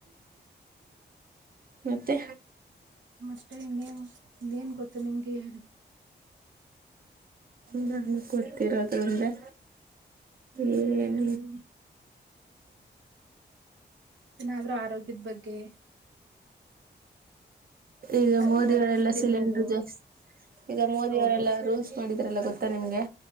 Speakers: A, on the right; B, on the right.
A: ಮತ್ತೆ
B: ಮತ್ತೆ ಇನ್ನೇನ್ ಇನ್ನೇನ್ ಗೊತ್ತು ನಿಮ್ಗೆ ಹೇಳಿ
A: ನಮಗೆ ಗೊತ್ತಿರೋದ ಅಂದೆ ಏನ
B: ಗೊತ್ತಿರೋದು ನಾದ್ರೂ ಆರೋಗ್ಯದ ಬಗ್ಗೆ
A: ಈಗ
B: ತರಕಾರಿಗಳು
A: ಮೋದಿಯವರೆಲ್ಲ
B: ತಿನ್ನೋದು
A: ಸಿಲಿಂಡರ್ ಜಸ್ ಈಗ ಮೋದಿಯವರೆಲ್ಲ
B: ಹೌದು
A: ರೂಲ್ಸ್ ಮಾಡಿದ್ರಲ್ಲ ಗೊತ್ತಾ ನಿಮ್ಗೆ